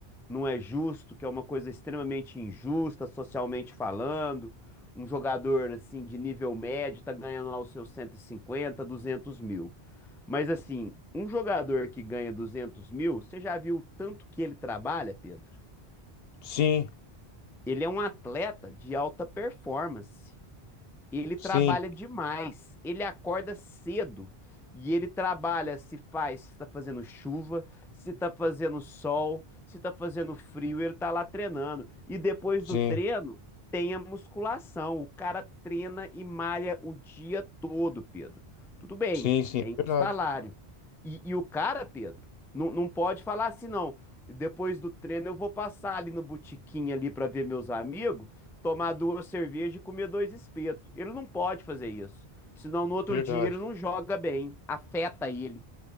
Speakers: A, in the centre; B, on the left.
A: não é justo, que é uma coisa extremamente injusta, socialmente falando. Um jogador assim de nível médio tá ganhando lá os seus 150 200 mil. Mas assim, um jogador que ganha 200 mil, você já viu o tanto que ele trabalha, Pedro?
B: sim,
A: Ele é um atleta de alta performance. Ele
B: sim,
A: trabalha demais. Ele acorda cedo. E ele trabalha se faz, se tá fazendo chuva, se tá fazendo sol, se tá fazendo frio, ele tá lá treinando. E depois
B: sim,
A: do treino, tem a musculação. O cara treina e malha o dia todo, Pedro. Tudo bem,
B: sim, sim,
A: tem
B: verdade,
A: o salário. E, e o cara, Pedro, não, não pode falar assim, não. Depois do treino eu vou passar ali no botequim ali para ver meus amigos tomar duas cervejas e comer dois espetos. Ele não pode fazer isso. Senão no outro
B: verdade.
A: dia ele não joga bem, afeta ele.